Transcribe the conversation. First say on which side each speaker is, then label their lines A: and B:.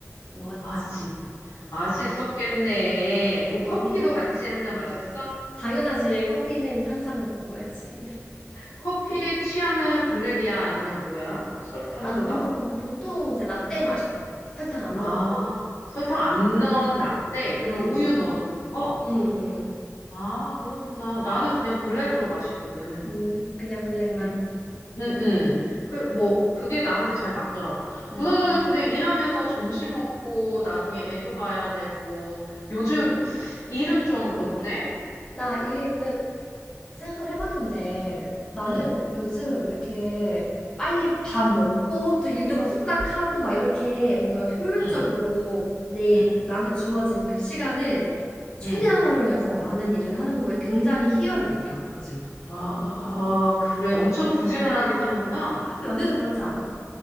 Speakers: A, on the left; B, on the left.
A: 먹었지.
B: 아, 진. 맛있었겠네. 그럼
A: 언니는?
B: 커피도 같이 한잔 마셨어?
A: 당연하지. 커피는 항상 먹어야지.
B: 커피 취향은 블랙이야? 아니면 뭐야? 설탕도
A: 나는
B: 넣어?
A: 보통 이제 라떼 마셔. 설탕 안
B: 아,
A: 넣고.
B: 설탕 안 넣은 라떼? 그럼
A: 응,
B: 우유 넣은 거?
A: 응, 응.
B: 아, 그렇구나. 나는 그냥 블랙으로 마시거든.
A: 음, 그냥 블랙만.
B: 응, 응,
A: 그게-
B: 응. 그, 뭐, 그게 나한테 잘 맞더라고. 그나저나,
A: 음.
B: 근데 일하면서 점심 먹고, 나중에 애도 봐야 되고, 요즘 일은 좀 어때?
A: 나 이해, 근데 생각을 해봤는데 나는
B: 응,
A: 요즘 이렇게 빨리 밥 먹고 또 일도 막 후딱 하고 막 이렇게 뭔가 효율적으로
B: 응,
A: 내,
B: 응,
A: 나한테 주어진 그 시간을 최대한
B: 응.
A: 활용해서 많은 일을 하는 거에 굉장히 희열을 느껴, 요즘.
B: 아, 그래. 엄청 부지런하게 사는구나.
A: 근데 언니도 그렇지 않아?